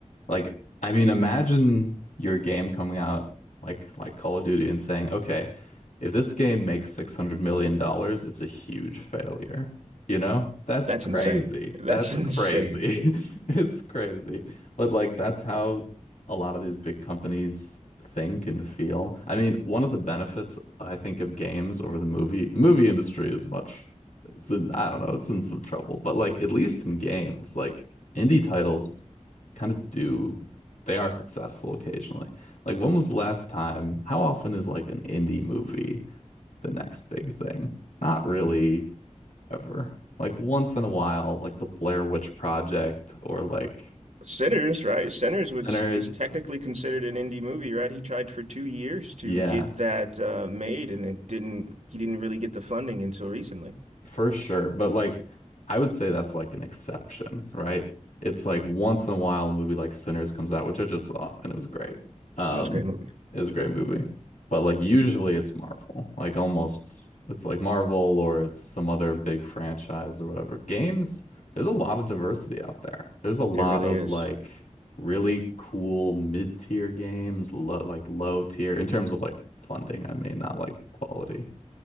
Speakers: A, on the left (about 80°); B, on the right (about 65°).
A: Like, I mean, imagine your game coming out like like Call of Duty and saying, okay, if this game makes 600 million dollars, it's a huge failure. You know? That's
B: That's
A: crazy.
B: insane. That's
A: That's
B: <laughs> insane.
A: crazy. <laughs> It's crazy. But like that's how a lot of these big companies think and feel. I mean, one of the benefits I think of games over the movie, the movie industry is much it's in, I don't know, it's in some trouble, but like at least in games, like indie titles kind of do they are successful occasionally. Like when was the last time? How often is like an indie movie the next big thing? Not really ever. Like once in a while, like the Blair Witch Project or like
B: Sinners, right? Sinners was
A: Sinners.
B: is technically considered an indie movie, right? He tried for two years to
A: Yeah,
B: get that uh, made, and it didn't. He didn't really get the funding until recently.
A: For sure. But like I would say that's like an exception, right? It's like once in a while a movie like Sinners comes out, which I just saw and it was great. Um
B: It was a great movie.
A: it was a great movie. But like usually it's Marvel. Like almost it's like Marvel or it's some other big franchise or whatever. Games, there's a lot of diversity out there. There's a lot
B: It really
A: of
B: is.
A: like really cool mid-tier games, low, like low tier in terms of like funding, I mean, not like quality,